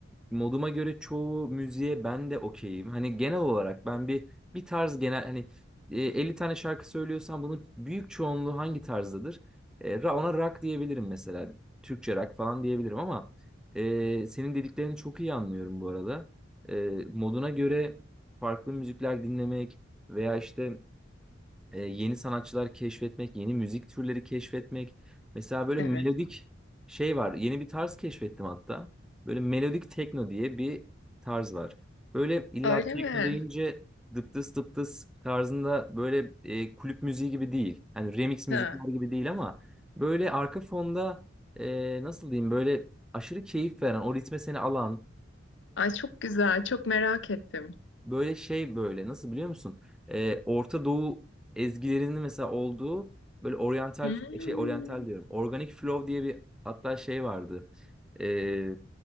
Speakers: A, in the centre; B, on the left.
A: moduma göre çoğu müziğe ben de okeyim. Hani genel olarak ben bir bir tarz genel hani e, 50 tane şarkı söylüyorsam bunun büyük çoğunluğu hangi tarzdadır? E, ra- ona rock diyebilirim mesela. Türkçe rock falan diyebilirim ama e, senin dediklerini çok iyi anlıyorum bu arada. E, moduna göre farklı müzikler dinlemek veya işte e, yeni sanatçılar keşfetmek, yeni müzik türleri keşfetmek. Mesela böyle
B: Evet.
A: melodik şey var. Yeni bir tarz keşfettim hatta. Böyle melodik tekno diye bir tarz var. Böyle illa
B: Öyle
A: tekno
B: mi?
A: deyince dıptıs dıptıs tarzında böyle e, kulüp müziği gibi değil. Yani remix müzikler
B: Ha.
A: gibi değil ama böyle arka fonda e, nasıl diyeyim böyle aşırı keyif veren, o ritme seni alan
B: Ay çok güzel. Çok merak ettim.
A: Böyle şey böyle nasıl biliyor musun? Ee, Orta Doğu ezgilerinin mesela olduğu böyle oryantal
B: Hmm.
A: şey oryantal diyorum. Organic Flow diye bir hatta şey vardı. Ee,